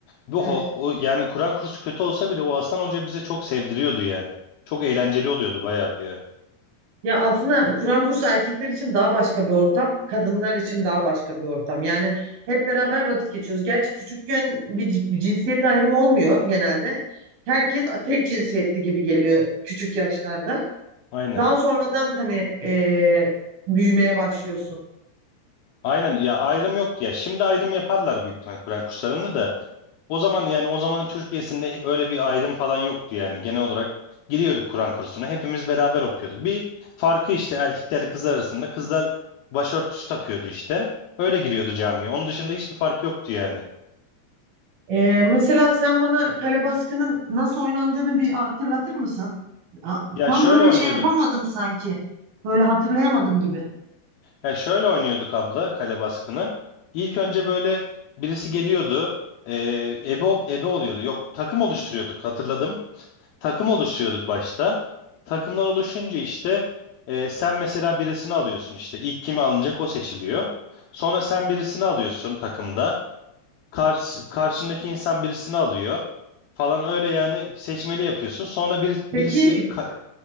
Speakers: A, on the left; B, on the right.
A: Bu
B: Evet.
A: ho- o, yani Kur'an kursu kötü olsa bile o Hasan Hoca bize çok sevdiriyordu yani. Çok eğlenceli oluyordu bayağı bir yani.
B: Ya aslında Kur'an kursu erkekler için daha başka bir ortam, kadınlar için daha başka bir ortam. Yani hep beraber vakit geçiyoruz. Gerçi küçükken bir c- bir cinsiyet ayrımı olmuyor genelde. Herkes tek cinsiyetli gibi geliyor küçük yaşlarda.
A: Aynen.
B: Daha sonradan hani e, büyümeye başlıyorsun.
A: Aynen ya ayrım yoktu ya. Şimdi ayrım yaparlar büyük ihtimal Kur'an kurslarında da. O zaman yani o zamanın Türkiye'sinde öyle bir ayrım falan yoktu yani. Genel olarak giriyorduk Kur'an kursuna. Hepimiz beraber okuyorduk. Bir farkı işte erkeklerle kızlar arasında. Kızlar başörtüsü takıyordu işte. Öyle giriyordu camiye. Onun dışında hiçbir fark yoktu yani.
B: Ee, mesela sen bana kale baskının nasıl oynandığını bir hatırlatır mısın? A-
A: Ya
B: Tam
A: şöyle
B: böyle
A: oynuyorduk.
B: şey yapamadım sanki. Böyle hatırlayamadım gibi.
A: Ya şöyle oynuyorduk abla kale baskını. İlk önce böyle birisi geliyordu. Ee, ebe, ebe oluyordu. Yok takım oluşturuyorduk hatırladım. takım oluşturuyorduk başta. Takımlar oluşunca işte e, sen mesela birisini alıyorsun işte ilk kimi alınacak o seçiliyor. Sonra sen birisini alıyorsun takımda. Kars, karşındaki insan birisini alıyor falan öyle yani seçmeli yapıyorsun. Sonra bir, birisi
B: Peki
A: ka-